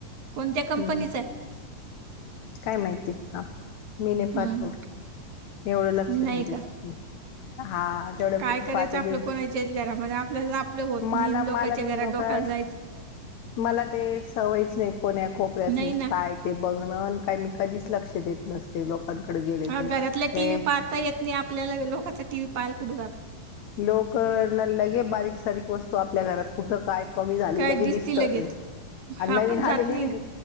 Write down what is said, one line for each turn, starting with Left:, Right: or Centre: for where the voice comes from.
Right: कोणत्या कंपनीचं
Left: हम्म
Right: <unintelligible>
Left: काय माहिती आपण मी नाही पाहत
Right: हम्म
Left: एवढं मी एवढं लक्ष
Right: नाही
Left: न देत
Right: का
Left: <unintelligible> हा तेवढं
Right: काय
Left: तू
Right: करायचं
Left: पाहते
Right: आपलं
Left: ते
Right: कोणाच्याच घरामध्ये आपल्याला आपलं होत
Left: मला
Right: नाही
Left: मला
Right: लोकांच्या
Left: मी
Right: घरात
Left: लोक
Right: डोकायला जायचं
Left: मला ते सवयच नाही कोणा कोपऱ्या
Right: नाही ना
Left: काय <unintelligible> ते बघण काय मी कधीच लक्ष देत नसते लोकांकडे गेले
Right: अहो,
Left: तरी
Right: घरातला
Left: हे
Right: टी व्ही
Left: <unintelligible>
Right: पाहता येत नाही आपल्याला लोकांच टीव्ही पाहाला कुठे जात <unintelligible>
Left: लोक न लगे बारीक सारीक वस्तू आपल्या घरात कुठं काय कमी झाली
Right: काय
Left: लगे
Right: दिसती
Left: दिसत
Right: लगेच
Left: आणि
Right: आपण
Left: नवीन
Right: जात
Left: आलेली
Right: नाही
Left: बी
Right: ना
Left: दि